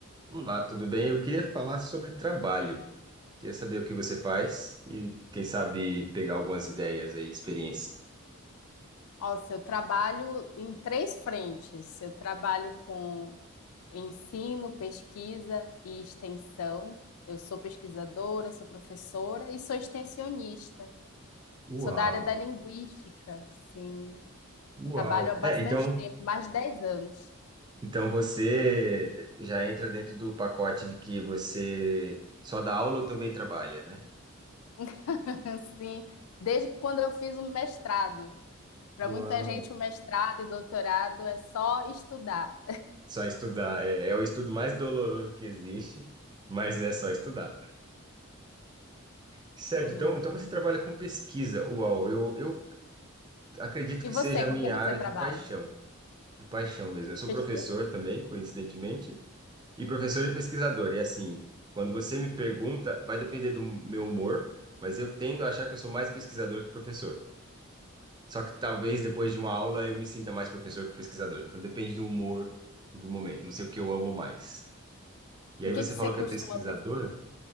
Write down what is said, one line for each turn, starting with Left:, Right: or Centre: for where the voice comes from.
Right: Olá, tudo bem? Eu queria falar sobre trabalho. Queria saber o que você faz e, quem sabe, pegar algumas ideias aí, experiência.
Left: Nossa, eu trabalho em três frentes. Eu trabalho com ensino, pesquisa e extensão. Eu sou pesquisadora, sou professora e sou extensionista.
Right: Uau,
Left: Sou da área da linguística, sim.
Right: uau.
Left: Trabalho há bastante
Right: É, então,
Left: tempo, mais de 10 anos.
Right: então você já entra dentro do pacote de que você só dá aula ou também trabalha, né?
Left: <laughs> Sim, desde quando eu fiz o mestrado. Para
Right: Uau.
Left: muita gente, o mestrado e doutorado é só estudar.
Right: Só estudar. É, é o estudo mais doloroso que existe, mas é só estudar. Certo,
Left: Sim.
Right: então, então você trabalha com pesquisa. Uau, eu, eu acredito
Left: E
Right: que
Left: você,
Right: seja a
Left: com
Right: minha
Left: quem você
Right: área
Left: trabalha?
Right: de paixão. de paixão mesmo. Eu sou
Left: Pesquisa?
Right: professor também, coincidentemente, e professor e pesquisador. E assim, quando você me pergunta, vai depender do meu humor, mas eu tendo a achar que eu sou mais pesquisador que professor. Só que talvez depois de uma aula eu me sinta mais professor que pesquisador. Então depende do humor e do momento. Não sei o que eu amo mais. E
Left: O
Right: aí
Left: que
Right: você
Left: que você
Right: falou
Left: costuma
Right: que é pesquisadora?